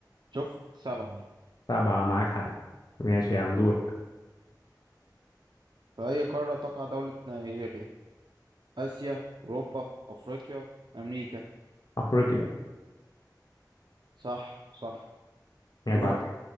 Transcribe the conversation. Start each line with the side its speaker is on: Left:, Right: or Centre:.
Right: شفت سبعة
Left: سبعة معاك حق ماشي يا عم دورك
Right: في أي قارة تقع دولة نيجيريا آسيا أوروبا أفريقيا أمريكا
Left: أفريقيا
Right: صح صح
Left: عيب
Right: دور
Left: عليك